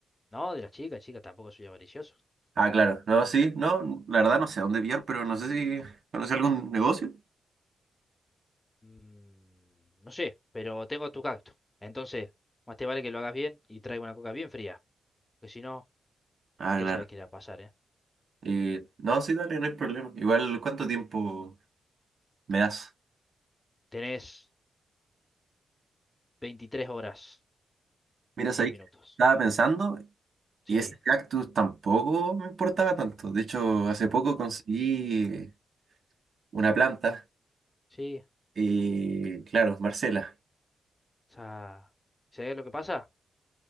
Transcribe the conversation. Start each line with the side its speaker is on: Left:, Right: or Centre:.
Left: No, de las chicas, chicas, tampoco soy avaricioso.
Right: Ah, claro. No, sí, no, la verdad no sé a dónde pillar, pero no sé si conoce algún negocio.
Left: Mm, no sé, pero tengo tu cacto. Entonces, más te vale que lo hagas bien y traiga una coca bien fría. Porque si no,
Right: Ah,
Left: ya
Right: claro.
Left: sabes qué le va a pasar, ¿eh?
Right: Y no, sí, dale, no hay problema. Igual, ¿cuánto tiempo me das?
Left: Tenés 23 horas
Right: Mira,
Left: con
Right: sabí
Left: 10 minutos.
Right: que estaba pensando
Left: Sí.
Right: y ese cactus tampoco me importaba tanto. De hecho, hace poco
Left: No,
Right: conseguí una planta
Left: sí.
Right: y, claro, Marcela.
Left: O sea, ¿sabés lo que pasa?